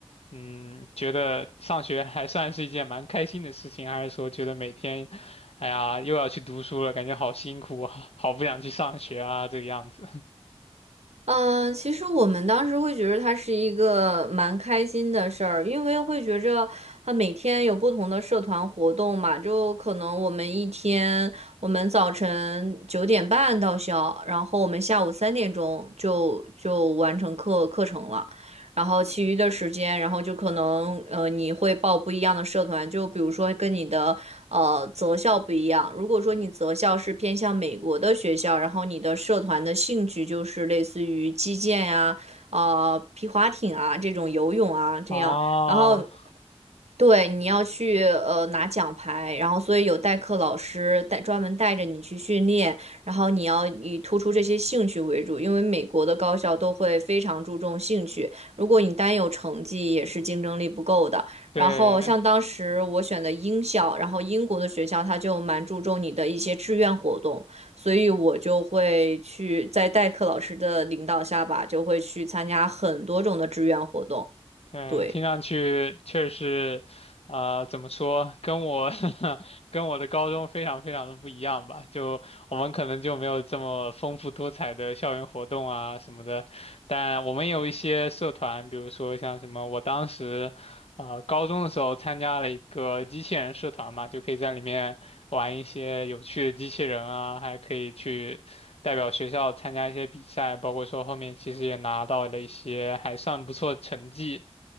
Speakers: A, on the left; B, on the right.
A: 嗯，觉得上学还算是一件蛮开心的事情，还是说觉得每天，哎呀，又要去读书了，感觉好辛苦，好好不想去上学啊，这个样子。
B: 嗯，其实我们当时会觉得它是一个蛮开心的事儿，因为会觉着它每天有不同的社团活动嘛，就可能我们一天，我们早晨九点半到校，然后我们下午三点钟就就完成课课程了，然后其余的时间，然后就可能呃你会报不一样的社团，就比如说跟你的呃择校不一样。如果说你择校是偏向美国的学校，然后你的社团的兴趣就是类似于击剑呀、呃皮划艇啊这种游泳啊这样，
A: <laughs> 啊，
B: 然后对，你要去呃拿奖牌，然后所以有代课老师带专门带着你去训练，然后你要以突出这些兴趣为主，因为美国的高校都会非常注重兴趣，如果你单有成绩也是竞争力不够的。
A: 对，
B: 然后像当时我选的英校，然后英国的学校他就蛮注重你的一些志愿活动，所以我就会去在代课老师的领导下吧，就会去参加很多种的志愿活动，
A: 嗯，
B: 对。
A: 听上去确实，呃，怎么说，跟我 <laughs> 跟我的高中非常非常的不一样吧？就我们可能就没有这么丰富多彩的校园活动啊什么的，但我们也有一些社团，比如说像什么，我当时，呃，高中的时候参加了一个机器人社团嘛，就可以在里面玩一些有趣的机器人啊，还可以去。代表学校参加一些比赛，包括说后面其实也拿到了一些还算不错的成绩。